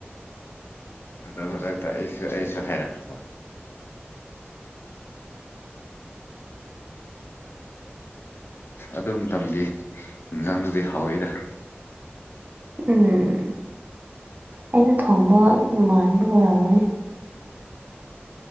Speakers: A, on the left (about 65°); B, on the right (about 45°).
A: ꯈꯨꯗꯛ ꯈꯨꯗꯛꯇ ꯑꯩꯁꯨ ꯑꯩꯁꯨ ꯍꯥꯏꯔꯛꯈ꯭ꯔꯕ ꯑꯗꯨꯝ ꯇꯝꯕꯤ ꯏꯟꯖꯥꯡꯗꯨꯗꯤ ꯍꯥꯎꯋꯤꯗ
B: ꯎꯝ ꯑꯩꯅ ꯊꯣꯡꯕ ꯃꯥꯟꯕꯒ ꯑꯣꯏꯔꯝꯒꯅꯤ